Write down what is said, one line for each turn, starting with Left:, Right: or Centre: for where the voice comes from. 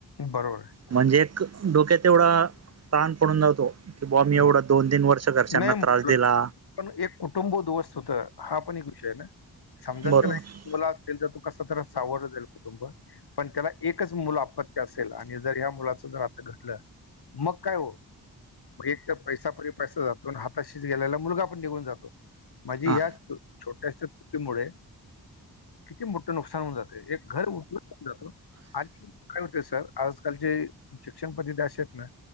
Left: बरोबर आहे
Right: म्हणजे एक डोक्यात एवढा ताण पडून राहतो कि बाबा मी
Left: हं.
Right: एवढा दोन तीन वर्ष घरच्यांना
Left: नाही
Right: त्रास
Left: मुलं
Right: दिला
Left: पण एक कुटुंब उध्वस्त होतं हा पण एक विषय ना समजा
Right: बरोबर
Left: त्याला एक मुला असतील तर तू कस तर सावरल जाईल कुटुंब पण त्याला एकच मुलं आपत्य असेल आणि जर या मुलाच जर आता घडलं मग काय हो मग एक तर पैसापरी पैसा जातो आणि हाताशीच गेलाला मुलगा पण निघून जातो माझी
Right: हा
Left: ह्या छोट्याश्या चुकीमुळे किती मोठे नुकसान होऊन जातं एक घर उठून जात हो आणि काय होतय सर- आजकालची शिक्षण पद्धती अशे आहेत ना